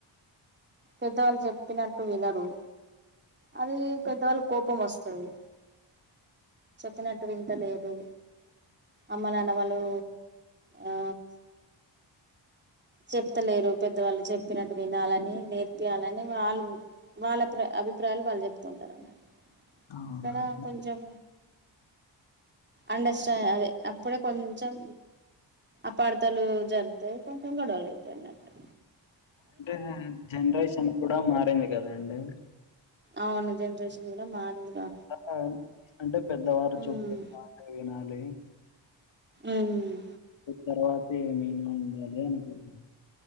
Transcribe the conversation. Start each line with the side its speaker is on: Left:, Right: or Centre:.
Right: పెద్దవాళ్ళు చెప్ ప్పినట్టు వినరు అది పెద్దవాళ్ళకి కోపం వస్తది చెప్పినట్టు వింటలేదు అమ్మ నాన్న వాళ్ళు ఆ చెప్తలేరు పెద్దవాళ్ళు చెప్పినట్టు వినాలని నేర్పయాలని వాళ్ళు వాళ్ళ ప్రా అబ్బి ప్రయాలు వాళ్ళు చెప్తుంటారు అన్నమాట
Left: అవునండి
Right: అక్కడ కొంచెం అండర్స్టాం అదే అప్పుడే కొంచెం అపార్ధాలు జరుగుతాయి కొంచెం గొడవలు అయితయి అన్నటు
Left: అంటే జనరేషన్ కూడా మారింది కదా అండి
Right: అవును జనరేషన్ కూడా మారిందిగా
Left: ఆ! అంటే పెద్దవారు
Right: ఉమ్
Left: చెప్పిన మాట వినాలి
Right: ఉమ్
Left: తర్వాత ఏమైనా ఉండాలి అనుకున్